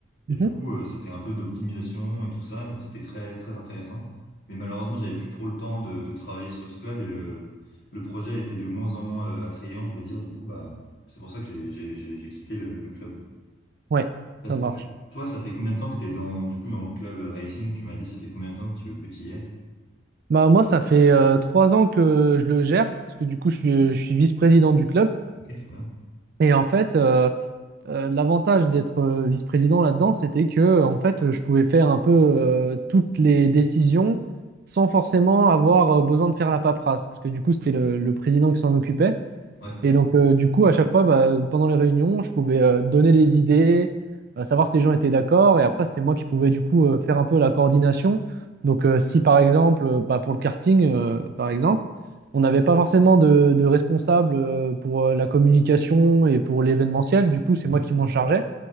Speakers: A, on the left (about 55°); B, on the right (about 50°).
A: Et
B: Mhm,
A: du coup, euh, c'était un peu d'optimisation et tout ça, donc c'était très, très intéressant. Mais malheureusement, j'avais plus trop le temps de, de travailler sur ce club et le, le projet était de moins en moins euh, attrayant, je veux dire. Du coup, bah, c'est pour ça que j'ai, j'ai, j'ai j'ai quitté le, le club.
B: ouais,
A: Parce
B: ça
A: que
B: marche.
A: toi, ça fait combien de temps que t'es dans, du coup, dans le club euh, racing? Tu m'as dit, ça fait combien de temps que tu, que tu y es?
B: Bah, moi, ça fait euh, trois ans que je le gère, parce que du coup, je suis, je suis vice-président du club.
A: Ok, trop bien.
B: Et en fait, euh, euh, l'avantage d'être euh, vice-président là-dedans, c'était que euh, en fait, je pouvais faire un peu euh, toutes les décisions sans forcément avoir euh, besoin de faire la paperasse, parce que du coup, c'était le, le président qui s'en occupait.
A: Ouais.
B: Et donc, euh, du coup, à chaque fois, bah, pendant les réunions, je pouvais euh, donner les idées, euh, savoir si les gens étaient d'accord. Et après, c'était moi qui pouvais, du coup, euh, faire un peu la coordination. Donc, euh, si par exemple, euh, bah, pour le karting, euh, par exemple, on n'avait pas forcément de, de responsable euh, pour euh, la communication et pour l'événementiel, du coup, c'est
A: Mhm.
B: moi qui m'en chargeais.